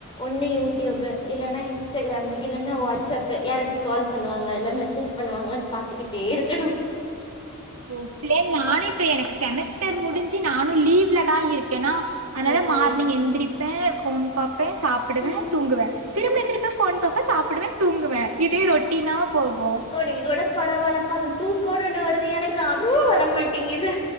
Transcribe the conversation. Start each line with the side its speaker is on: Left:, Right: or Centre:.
Left: ஒன்னு யூடியூப்பூ இல்லன்னா இன்ஸ்டாகிராம்மு இல்லன்னா வாட்ஸ்அப்பு யாராச்சு கால் பண்ணுவாங்கள இல்ல மெசேஜ் பண்ணுவாங்ளான்னு பாத்துக்கிட்டே இருக்கணு
Right: ஓ ஃபிளே நானு இப்ப எனக்கு செமஸ்டர் முடிஞ்சு நானு லீவ்ல தா இருக்கேன்னா அதனால
Left: ஓகே
Right: மார்னிங் எந்திரிப்பே ஃபோன் பாப்பே சாப்புடுவே
Left: ம்
Right: தூங்குவே திரும்ப எந்திரிப்பே ஃபோன் பாப்பே சாப்புடுவே தூங்குவே இதே ரொட்டினா போகு
Left: ஒனக்கு கூட பரவால்லப்பா அந்த தூக்கோனு ஒன்னு வருது எனக்கு அதுவு வரமாட்டிங்குது